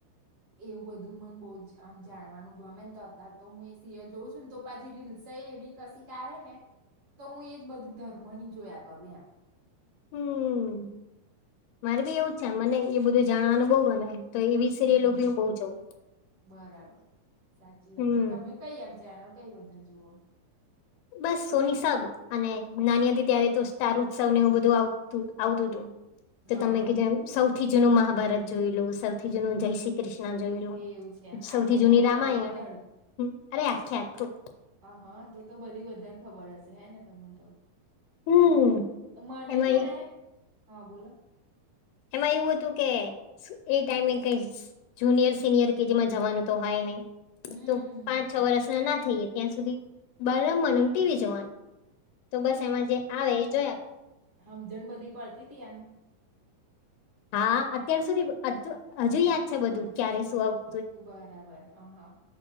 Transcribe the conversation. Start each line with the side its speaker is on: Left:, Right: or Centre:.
Right: એવું બધું મને બહુ જ આમ જાણવાનું ગમે ને તો અત્યારે તો હું એ સિરિયલ જોઉં છું ને તો પાછી રીલ્સય એવી કશ ક આવે ને તો હું એ બધું ધર્મ ની જોયા કરું એમ
Left: હમ્મ મારે બી એવું છે મને એ બધું જાણવાનું બહુ ગમે તો એવી સિરિયલો
Right: હમ
Left: બી હું બઉ જોઉં
Right: બરાબર સાચી વાત
Left: હમ્મ
Right: છે તમે કઈ એમ ચેનલ કઈ વધા જુઓ
Left: બસ સોની સબ અને નાની હતી ત્યારે તો સ્ટાર ઉત્સવને હું બધું આવતું આવતું હતું તો
Right: હા
Left: તમે કીધું એમ સૌથી જૂનું મહાભારત જોઈ લો સૌથી જૂનું જય શ્રી ક્રષ્ણ જોયલૂ
Right: એવું છે એમ
Left: સૌથી
Right: આખું પૂરું
Left: જૂની રામાયણ
Right: કરી તો કે
Left: અરે આખે આખું
Right: હ હા તો તો બધી વધારે ખબર હશે હે ને તમે તો
Left: હમ
Right: મને
Left: એમાં
Right: છે
Left: એ
Right: ને હા બોલો
Left: એમાં એવું હતું કે એ ટાઈમે કઈ જુનિયર સિનિયર કેજી માં જવાનું તો હોય નહી
Right: હમ
Left: તો પાંચ છ વરષ ના ના થઈ ત્યાં સુધી બ રમમનુંમ ટીવી જોવાનું તો બસ એમાં જે આવે એ જોયા
Right: હમજણ બધી પડતી તી એમ
Left: હા અત્યાર સુધી હજુ યાદ છે બધું ક્યારે શું આવતું
Right: બરાબર અ હ.